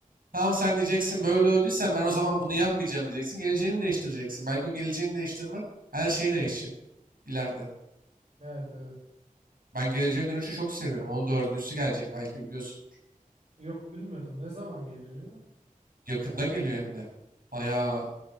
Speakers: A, on the right; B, on the right.
A: Tamam sen diyeceksin böyle öldüysen ben o zaman bunu yapmayacağım diyeceksin. Geleceğini değiştireceksin. Belki o geleceğini değiştirmen her şeyi değişecek ileride.
B: Evet evet.
A: Ben geleceğe dönüşü çok seviyorum. Onun dördüncüsü gelecek belki biliyorsundur.
B: Yok bilmiyordum. Ne zaman geliyor ya?
A: Yakında geliyor hem de. Bayağı